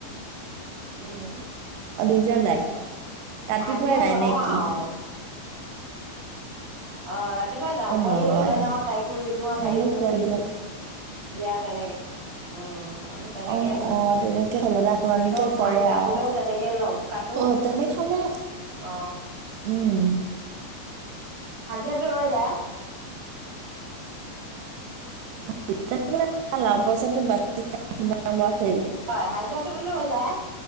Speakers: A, on the right (about 50°); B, on the right (about 80°).
A: উম।
B: অভিযা যায় <unintelligible> ৰাতিপুৱাই
A: আজি আৰু
B: যায়
A: নলওঁ,
B: নে
A: আৰু
B: কি
A: অ। ৰাতিপুৱা যাওঁ,
B: অঁ
A: বোৱাৰী
B: নলয়
A: এজনী লৈ যাওঁ, তাইকো ৰুই দিওঁ,
B: ভালেই
A: তাইও মোক
B: কৰে
A: ৰুই দিয়ে।
B: দিয়ক
A: দিয়া, তেনেকে। উম আমি তেনেকে
B: অহ,
A: ৰুওঁ
B: অহ, তেনেকে সলনা-সলনিকে
A: চব
B: কৰে,
A: ধান কাটিলেও
B: আৰু,
A: তেনেকে ল কাটো
B: আৰু তেনে হলে,
A: অ
B: উম,
A: হাজিৰা ৰৈ যায়।
B: পইচাটো <unintelligible>
A: হয়, হাজিৰাটো বোলো ৰৈ যায়।